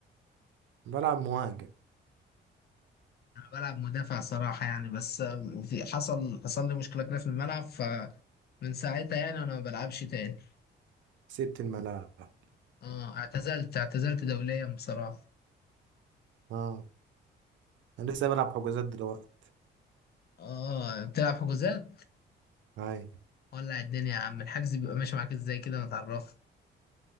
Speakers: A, on the right; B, on the left.
A: بلعب مهاجم
B: انا بلعب مدافع صراحه يعني بس آم، في حصل حصل لي مشكله كده في الملعب فمن ساعتها يعني انا ما بلعبش تاني
A: سبت الملاعب
B: اه اعتزلت اعتزلت دوليا بصراحه
A: اه انا لسه بلعب حجوزات دلوقتي
B: اه بتلعب حجوزات
A: هاي
B: ولع الدنيا يا عم الحجز بيبقى ماشي معاك ازاي كده ما تعرف